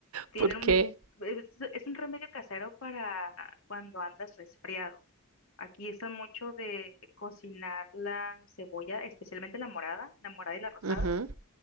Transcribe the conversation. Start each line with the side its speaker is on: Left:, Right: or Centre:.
Left: tienen
Right: ¿Por
Left: un,
Right: qué?
Left: es, es un remedio casero para cuando andas resfriado. Aquí usan mucho de cocinar la cebolla, especialmente la morada, la morada y la rosada.
Right: Ujú.